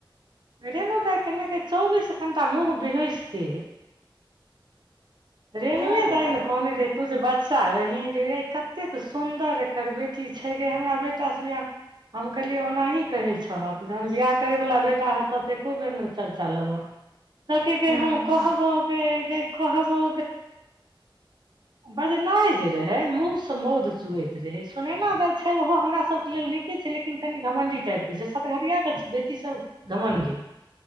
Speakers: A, on the right; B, on the left.
A: रेनु तक ने के चौबीस हमत मुँह विहुस्ती। रेणुए
B: हँ
A: दइ ने कोने रहे तू जे बाच। बच्चा रही जे रे कतेक सुन्दर एकर बेटी छै गे हमरा बेटास बियाह। हम कहलियै ओनाही कहै छहक जहन बियाह करैवला बेटा हेतह तऽ एको बेर नय चर्चा लेबह।
B: <inaudible>
A: त क कह
B: हँ
A: हम कहबौ क कहबौ बजनाय जे रहै मुँहस मौध चुऐत रहै सुनैना दाय छै ओहो हमरा सबके लेल नीके छै लेकिन कनि घमण्डी टाइपके छै सतघरियाके बेटी सब गमनडी